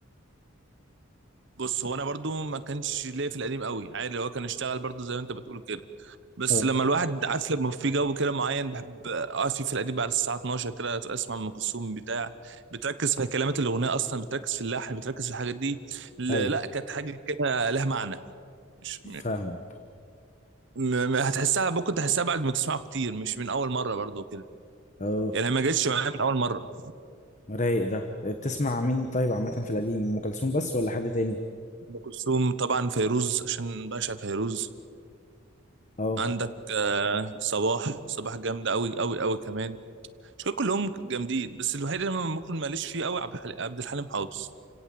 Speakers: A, on the right; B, on the left.
A: بص هو انا برضو ما كانش ليا في القديم قوي عادي هو كان اشتغل برضو زي ما انت بتقول كده بس
B: اه
A: لما الواحد عارف لما في جو كده معين بحب اقعد فيه في القديم بعد الساعه 12 كده اسمع ام كلثوم بتاع بتركز في كلمات الاغنيه اصلا بتركز في اللحن بتركز في الحاجات دي ل-
B: ايوه
A: لا كانت حاجه كده لها معنى مش
B: فاهمك
A: م- م- هتحسها ممكن تحسها بعد ما تسمعه كتير مش من اول مره برضو كده
B: اه
A: يعني ما جتش معايا من اول مره
B: رايق ده بتسمع مين طيب عامة في القديم أم كلثوم بس ولا حد تاني؟
A: ام كلثوم طبعا فيروز عشان بعشق فيروز
B: اه
A: عندك آه، صباح صباح جامدة أوي أوي أوي كمان مش كلهم جامدين بس الوحيد اللي أنا ممكن ماليش فيه أوي عبد الحليم عبد الحليم حافظ